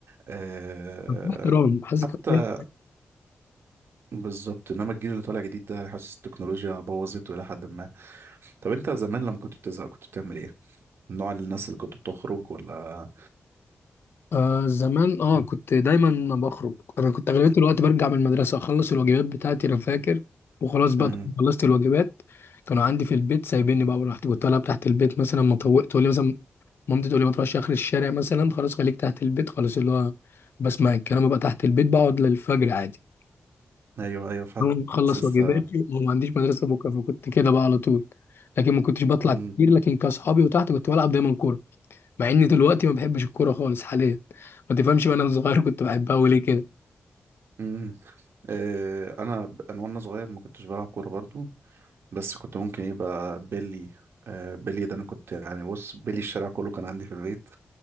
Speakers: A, on the right (about 75°); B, on the left (about 65°).
A: اه
B: مفيش احترام حاسس
A: حتى
B: كده
A: بالظبط انما الجيل اللي طالع جديد ده حاسس التكنولوجيا بوظته الى حد ما طب انت زمان لما كنت بتزهق كنت بتعمل ايه؟ من نوع الناس اللي كنت بتخرج ولا
B: آه زمان اه كنت دايما بخرج انا كنت اغلبيه الوقت برجع من المدرسه اخلص الواجبات بتاعتي انا فاكر وخلاص بقى
A: امم
B: خلصت الواجبات كانوا عندي في البيت سايبيني بقى ورحت كنت العب تحت البيت مثلا ما طوقت تقول لي مثلا مامتي تقول لي ما تروحش اخر الشارع مثلا خلاص خليك تحت البيت خلاص اللي هو بسمع الكلام بقى تحت البيت بقعد للفجر عادي
A: ايوه ايوه حاسس
B: أقوم اخلص واجباتي وما عنديش مدرسه بكره فكنت كده بقى على طول لكن ما كنتش بطلع
A: امم
B: كتير لكن كاصحابي وتحت كنت بلعب دايما كوره مع اني دلوقتي ما بحبش الكوره خالص حاليا ما تفهمش بقى انا صغير كنت بحبها وليه كده
A: امم اه انا ب- انا وانا صغير ما كنتش بلعب كوره برضو بس كنت ممكن يبقى بيلي آه بيلي ده انا كنت يعني بص بيلي الشارع كله كان عندي في البيت